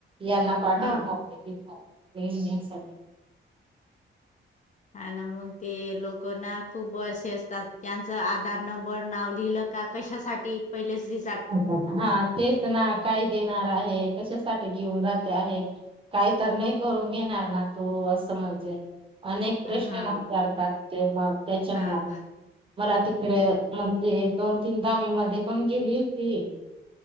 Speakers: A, on the right; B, on the left.
A: यांना पाठवनार
B: हा
A: मी तिथं <unintelligible>
B: आणि मग ते लोकं ना खूप असे असतात त्यांचं आधार नंबर नाव लिहिलं का कशासाठी पहिलेच दि
A: अ हा तेच ना काय देणार आहे? कशासाठी घेऊन जाते आहे? काही तर नाही करून घेणार ना तू? असं म्हणजे. अनेक प्रश्न
B: हा हा
A: विचारतात ते मग त्याच्यामुळे.
B: हा
A: मला तिकडे म्हणजे दोन तीनदा मी मध्ये पण गेली होती.